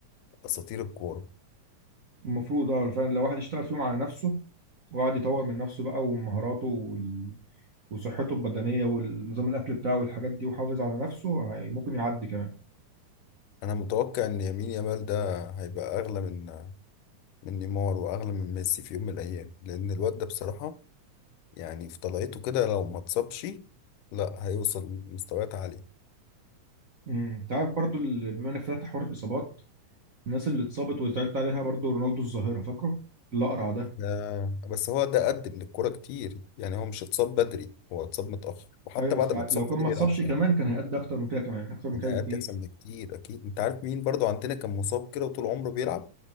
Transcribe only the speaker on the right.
المفروض اه فعلا لو واحد يشتغل فيهم على نفسه وقعد يطور من نفسه بقى ومهاراته وال... وصحته البدنيه والنظام الاكل بتاعه والحاجات دي وحافظ على نفسه هي ممكن يعدي كمان
امم تعرف برضو ال- بما انك فتحت حوار الاصابات الناس اللي اتصابت وزعلت عليها برضو رونالدو الظاهره فاكره الاقرع ده
ايوه
بس
لو
كان ما اتصابش
كمان كان هيأدي اكتر من كده كمان اكتر من
كده
بكتير